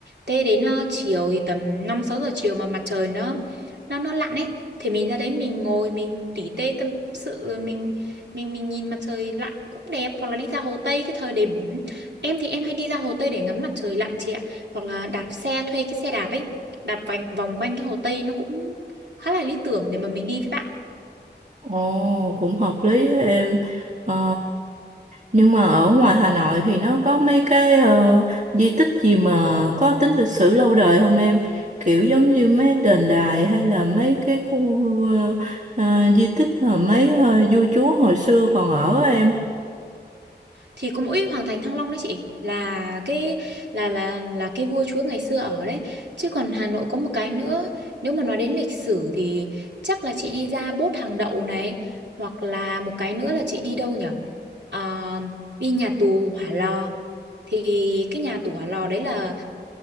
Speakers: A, on the right; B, on the right.
A: thế đến ờ, chiều thì tầm 5 6 giờ chiều mà mặt trời nó nó nó lặn ấy thì mình ra đấy mình ngồi mình tỉ tê tâm sự rồi mình mình mình nhìn mặt trời lặn cũng đẹp hoặc là đi ra Hồ Tây cái thời điểm em thì em hay đi ra Hồ Tây để ngắm mặt trời lặn chị ạ hoặc là đạp xe thuê cái xe đạp ấy đạp vành vòng quanh cái Hồ Tây nó cũng khá là lý tưởng để mà mình đi với bạn
B: Ồ, cũng hợp lý thế em. Ờ, nhưng mà ở ngoài Hà Nội thì nó có mấy cái ờ, di tích gì mà có tính lịch sử lâu đời không em? Kiểu giống như mấy đền đài hay là mấy cái khu ờ, ờ, di tích mà mấy ờ, vua chúa hồi xưa còn ở á em.
A: thì có mỗi Hoàng Thành Thăng Long đấy chị là cái là là là cái vua chúa ngày xưa ở đấy chứ còn Hà Nội có một cái nữa nếu mà nói đến lịch sử thì chắc là chị đi ra Bốt Hàng Đậu này hoặc là một cái nữa là chị đi đâu nhở Ờ, đi nhà tù Hỏa Lò thì cái nhà tù Hỏa Lò đấy là